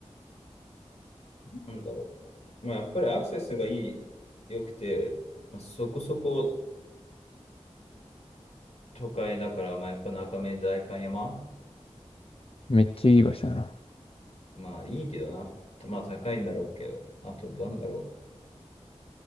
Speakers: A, on the left; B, on the left.
A: なんだろう。まあ、やっぱりアクセスがいい、良くて、まあそこそこ都会だから、まあ、やっぱ中目代官山
B: めっちゃいい場所だな。
A: まあ、いいけどな。まあ、高いんだろうけど。あと、なんだろ